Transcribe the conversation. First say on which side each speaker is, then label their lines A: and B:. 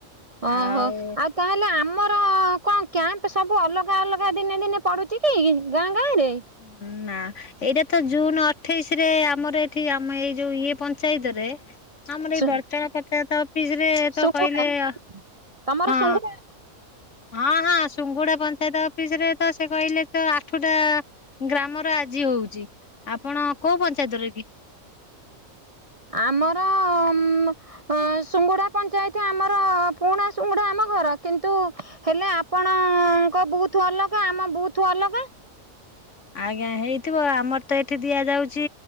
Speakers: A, on the right; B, on the left.
A: ଓହୋ,
B: ଆଉ
A: ଆଉ ତାହେଲେ ଆମର ଆଉ କ'ଣ କ୍ୟାମ୍ପ ସବୁ ଅଲଗା ଅଲଗା ଦିନେ ଦିନେ ପଡୁଛି କି? ଗାଁ ଗାଁ ରେ?
B: ହମ ନା। ଏଇଟା ତ ଜୁନ ଅଠେଇଶି ରେ ଆମର ଏଠି ଆମ ଏଇ ଯୋଉ ଇଏ ପଞ୍ଚାୟତ ରେ ଆମର
A: ସୁ
B: ଏଇ ବଡ଼ତଳା ପଞ୍ଚାୟତ ଅଫିସରେ ତ
A: ସୁଙ୍ଗୁଡା
B: କହିଲେ ହଁ,
A: ତମର ସୁଙ୍ଗୁଡା
B: ହଁ, ହଁ, ସୁଙ୍ଗୁଡା ପଞ୍ଚାୟତ ଅଫିସ ରେ ତ ସେ କହିଲେ ତ ଆଠଟା ଗ୍ରାମରା ଆଜି ହଉଛି, ଆପଣ କୋଉ ପଞ୍ଚାୟତରେ କି?
A: ଆମର ଉମମ୍ ଅଁ ସୁଙ୍ଗୁଡା ପଞ୍ଚାୟତ ଆମର ପୁରୁଣା ସୁଙ୍ଗୁଡା ଆମ ଘର, କିନ୍ତୁ ହେଲେ ଆପଣଙ୍କ ବୁଥ ଅଲଗା ଆମ ବୁଥ ଅଲଗା।
B: ଆଜ୍ଞା, ହେଇଥିବ ଆମର ତ ଏଇଠି ଦିଆଯାଉଛି